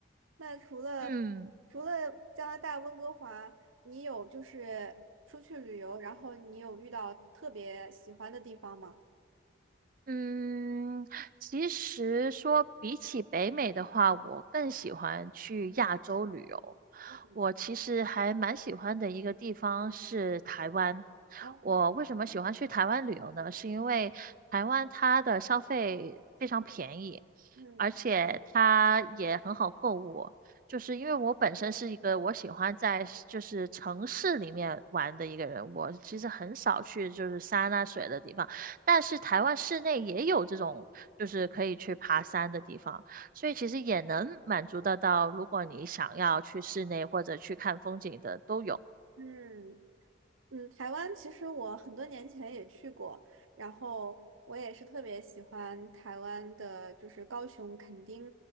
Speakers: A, on the right; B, on the right.
A: 那除了
B: 嗯。
A: 除了加拿大温哥华，你有就是出去旅游，然后你有遇到特别喜欢的地方吗？
B: 嗯，其实说比起北美的话，我更喜欢去亚洲旅游。
A: 嗯，
B: 我其实还蛮喜欢的一个地方是台湾。
A: 哦，
B: 我为什么喜欢去台湾旅游呢？是因为台湾它的消费非常便宜，
A: 嗯
B: 而且它也很好购物。就是因为我本身是一个我喜欢在就是城市里面玩的一个人，我其实很少去就是山啊水的地方。但是台湾室内也有这种，就是可以去爬山的地方，所以其实也能满足得到，如果你想要去室内或者去看风景的都有。
A: 嗯。嗯，台湾其实我很多年前也去过，然后我也是特别喜欢台湾的，就是高雄、垦丁